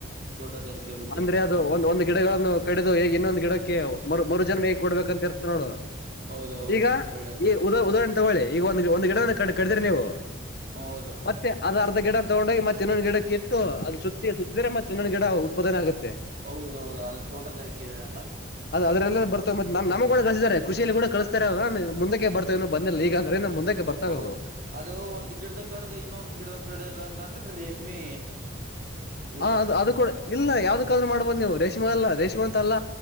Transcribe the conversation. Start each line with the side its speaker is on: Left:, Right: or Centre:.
Right: ತೋಟಗಾರಿಕೆ ಬಗ್ಗೆ
Left: ಅಂದ್ರೆ
Right: ಇರ್ತವೆ
Left: ಅದು
Right: ಹೂ
Left: ಒಂದ್ ಒಂದು ಗಿಡಗಳನ್ನು ಕಡಿದು ಹೇಗೆ ಇನ್ನೊಂದು ಗಿಡಕ್ಕೆ ಮರು ಜನ್ಮ ಹೇಗ್ ಕೊಡ್ಬೇಕಂತ ಇರ್ತ ನೋಡ
Right: ಹೌದೌದು
Left: ಈಗ
Right: ಒಳ್ಳೇದು
Left: ಈ ಉದ ಉದಾಹರಣೆ ತಗಳಿ ಈಗ ಒಂದ ಒಂದ್ ಗಿಡ ಕಡದಿ್ರಿ ನೀವು
Right: ಹೌದು
Left: ಮತ್ತೆ ಅದ ಗಿಡ ತಗೊಂಡೋಗ ಮತ್ತನ್ನ ಗಿಡಕ ಇಟ್ಟು ಅದು ಸುತ್ತ ಸುತ್ತಿದ್ರೆತ್ತೆ ಮತ್ತು ಈನ್ನಾನ್ ಗಿಡ ಉತ್ಪಾದನೆ ಆಗುತ್ತೆ
Right: ಹೌದೌದು ಅದು ತೋಟಗಾರಿಕೆದೆ ಅಲ್ಲ
Left: ಅದುದಲ್ಲ ಬರ್ತವೆ ಮತ್ <unintelligible> ಕೃಷಿಯಲ್ಲಿೂಡ ಕಸ್ತಾರ ಮುಂದಕ್ಕೆ ಬರ್ತವೆ ಇಏನು ಬಂದಿಲ್ಲ ಈಗ ಸರಿ ನಮ್ಮ ಮುಂದಕ್ಕೆ ಬರ್ತಾ
Right: ಹೌದು
Left: ಹೋು
Right: ಅದು ಒಂದ್ ಗಿಡದ ಕಡ್ದು ಇನ್ನೊಂದ ಗಿಡದ ಕಡ್ದ ಅಂತಂದ್ರೆ ರೇಷ್ಮೆ ಉದಾಹರಣೆ
Left: ಹ ಅದು ಅದು ಕೂಡ ಇಲ್ಲ ಯಾವ್ದಕಾದ್ರೂ ಮಾಡ್ಬೋದ್ ನೀವು ರೇಷ್ಮೆ ಅಲ್ಲಾ ರೇಷ್ಮೆ ಅಂತ ಅಲ್ಲ